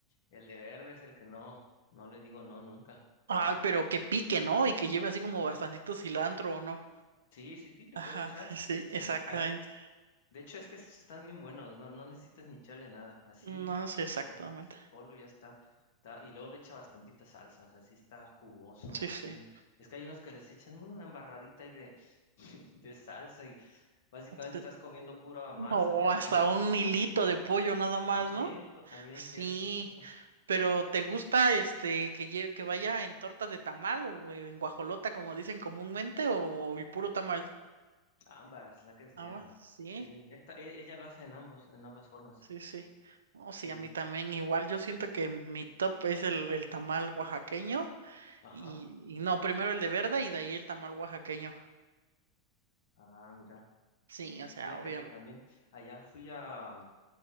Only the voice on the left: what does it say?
el de verde es el que no, no le digo no nunca,
fíjate.
Sí, sí, sí, le
puedes echar.
A mí De hecho, es que estos están bien buenos, no, no necesitas ni echarle nada, así,
así solo ya está, está- Y luego le echa bastantita salsa, o sea, sí está jugoso,
sí.
Es que hay unos que les echan una embarradita ahí de, <laughs> de salsa y básicamente
estás comiendo pura masa,
puro
tamal.
Y
eso también,
cierto, cierto.
Ambas, la que sea.
Sí, esta, e- ella lo hace en ambos, en ambas formas.
Sí,
ajá.
Ah, mira.
Fíjate
que también allá fui a,